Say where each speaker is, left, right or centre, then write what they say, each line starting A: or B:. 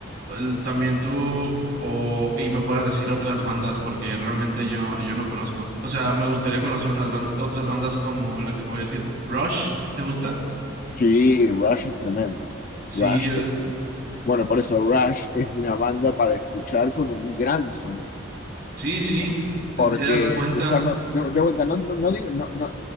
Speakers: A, on the right (about 50°); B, on the left (about 40°).
A: el- también tú o y me puedas decir otras bandas, porque realmente yo, yo no conozco. O sea, me gustaría conocer unas bandas, otras bandas como la que te voy a decir. Rush, ¿te gusta?
B: Sí, Rush es tremendo.
A: Sí,
B: Rush,
A: eh,
B: es- bueno, por eso Rush es una banda para escuchar con un gran sonido.
A: sí, sí.
B: ¿entendés? Porque
A: Te das cuenta.
B: escucharlo, de, de vuelta, no, no, no digo, no, no,